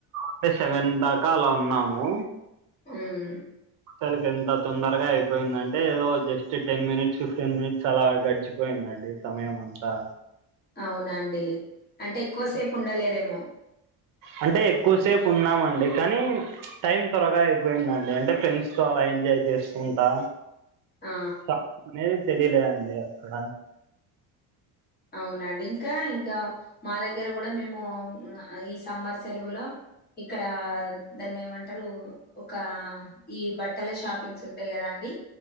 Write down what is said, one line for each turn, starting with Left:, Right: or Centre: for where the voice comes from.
Right: ఒక సెవెన్ దాకా అలా ఉన్నాము
Left: ఉమ్
Right: అసాలకి ఎంత తొందరగా అయిపోయిందంటే ఏదో just ten minutes fifteen minutes అలా గడిచిపోయిందండి సమయం అంతా
Left: అవునాండి అంటే ఎక్కువసేపు ఉండలేదేమో
Right: అంటే ఎక్కువసేపు ఉన్నామండి కానీ టైం త్వరగా అయిపోయిందండి అంటే ఫ్రెండ్స్ తో అలా ఎంజాయ్ చేస్తుంటా
Left: ఆ
Right: టైమ్ అనేది తెలియాలేదండి అక్కడ
Left: అవునండి ఇంకా ఇంకా మా దగ్గర కూడా మేము ఈ సమ్మర్ సెలవులో ఇక్కడ దాన్ని ఏమంటారు ఒక ఈ బట్టల షాప్ న్స్ ఉంటాయి కదండీ